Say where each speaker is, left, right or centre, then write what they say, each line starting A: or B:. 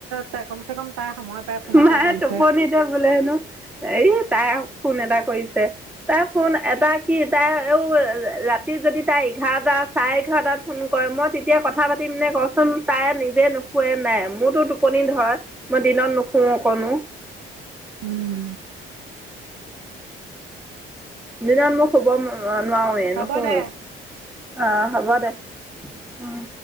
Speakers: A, on the right; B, in the centre.
A: তাই কমচে কম তাই সময় পাই ফোন এটা
B: মায়ে
A: কৰিছে
B: টোপনি তে বোলে হেনো এই তাই ফোন এটা কৰিছে তাই ফোন এটা কি তাই আৰু ৰাতি যদি তাই এঘাৰটা চাৰে এঘাৰটাত ফোন কৰে মই তেতিয়া কথা পাতিম নে কচোন তাই নিজে নোখোৱে নাই মোৰতো টোপনি ধৰ মই দিনত নুখোওঁ অকনো
A: উম
B: দিনত মোক হ'ব নোৱাৰৱে
A: হ'ব
B: নুশু
A: দে
B: আহ হ'ব দে উম